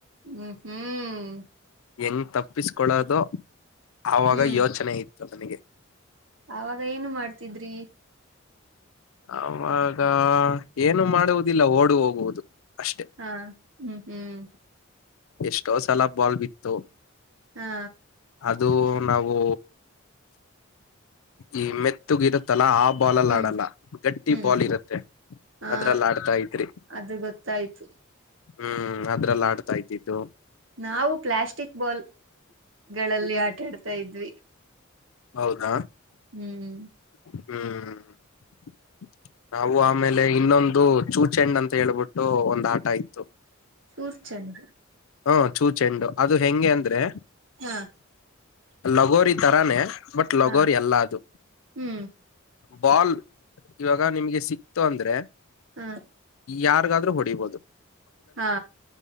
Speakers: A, on the right (about 65°); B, on the left (about 80°).
A: ಹ್ಮ್ ಹ್ಮ್
B: ಹೆಂಗ್ ತಪ್ಪಿಸ್ಕೊಳೋದು ಆವಾಗ
A: ಹ್ಮ್
B: ಯೋಚನೆ ಇತ್ತು ನನಗೆ
A: ಅವಾಗ ಏನು ಮಾಡ್ತಿದ್ರಿ
B: ಅವಾಗ ಏನು ಮಾಡುವುದಿಲ್ಲ ಓಡು ಹೋಗುವುದು ಅಷ್ಟೆ
A: ಹಾ ಹ್ಮ್ ಹ್ಮ್
B: ಎಷ್ಟೋ ಸಲ ಬಾಲ್ ಬಿತ್ತು
A: ಹಾ
B: ಅದು ನಾವು ಈ ಮೆತುಗೆ ಇರುತ್ತಲ್ಲ ಆ ಬಾಲ್ ಅಲ್ಲಿ
A: ಹ್ಮ್
B: ಆಡಲ್ಲ ಗಟ್ಟಿ
A: ಹ್ಮ್
B: ಬಾಲ್ ಇರುತ್ತೆ
A: ಹಾ
B: ಅದ್ರಲ್ಲಿ ಆಡ್ತಾ ಇದ್ರಿ
A: ಅದು ಗೊತ್ತಾಯ್ತು
B: ಹ್ಮ್ ಅದ್ರಲ್ಲ ಆಡ್ತಾ ಇದಿದ್ದು
A: ನಾವು ಪ್ಲಾಸ್ಟಿಕ್ ಬಾಲ್ ಗಳಲ್ಲಿ ಆಟಾಡ್ತಾ ಇದ್ವಿ
B: ಹೌದ
A: ಹ್ಮ್
B: ಹ್ಮ್ <inaudible> ನಾವು ಆಮೇಲೆ ಇನ್ನೊಂದು ಚೂ ಚೆಂಡ್ ಅಂತ ಹೇಳ್ಬಿಟ್ಟು ಒಂದ ಆಟ ಇತ್ತು
A: ಚೂ ಚೆಂಡ
B: ಹಾ ಚೂಚೆಂಡು ಅದು ಹೆಂಗೆ ಅಂದ್ರೆ
A: ಹ
B: ಲಗೋರಿ ತರಾನೇ ಬಟ್ ಲಗೋರಿ
A: ಹ
B: ಅಲ್ಲ ಅದು
A: ಹ್ಮ್
B: ಬಾಲ್ ಇವಾಗ ನಿಮ್ಗೆ ಸಿಕ್ತು ಅಂದ್ರೆ
A: ಹ
B: ಯಾರಿಗಾದ್ರೂ ಹೊಡಿಬಹದು
A: ಹಾ